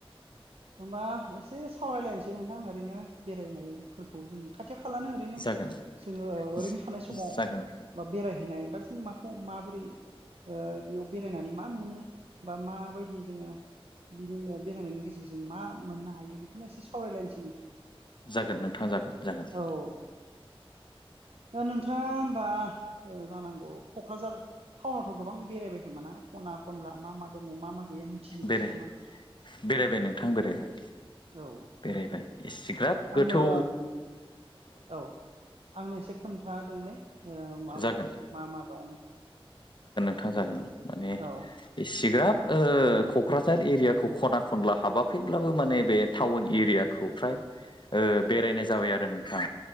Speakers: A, on the right (about 85°); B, on the left (about 50°).
A: होमबा एसे सावरायलायनोसै नोंथां ओरैनो बेरायनायफोरखौ जोंनि खाथि खालानो ओरैनो
B: जागोन
A: जोङो ओ ओरैनो
B: जागोन
A: सानाय समाव बा बेरायहैनाय बा जों माखौ माबोरै ओ बेयाव बेरायनानै मा मोनो बा माबायदि जोङो बिनि बेरायनायनि गेजेरजों मा मोननो हायो बेखौनो एसे सावरायलायनोसै नोंथां।
B: जागोन नोंथां जागोन जागोन।
A: औ दा नोंथाङा ओमबा ओ जानांगौ क'क्राझार टाउ नाव गोबां बेरायबाय खोमा ना खना खनला मा मा दङ मा मा गैया मिनथिजोबोसै
B: बेराय
A: खोमा?
B: बेरायबाय नोंथां बेरायबाय
A: औ <unintelligible>
B: बेरायबाय इसिग्राब गोथौ
A: आंनो औ आंनो एसे खोन्थादोंलाय। ओ माबायदि
B: जागोन
A: मा मा दं
B: थां जागोन माने
A: औ
B: एसिग्राब ओ क'क्राझार एरियाखौ खना खनला हाबाखैब्लाबो माने बे टाउन एरियाखौ फ्राय ओ बेरायनाय जाबाय आरो नोंथां।